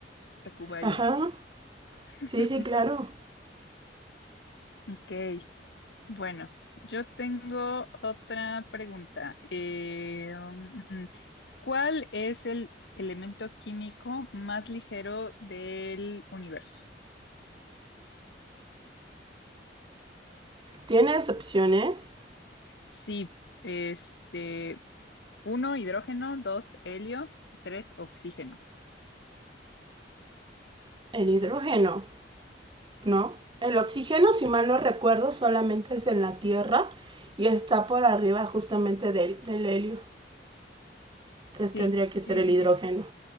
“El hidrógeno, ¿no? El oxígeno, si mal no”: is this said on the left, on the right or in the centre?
Right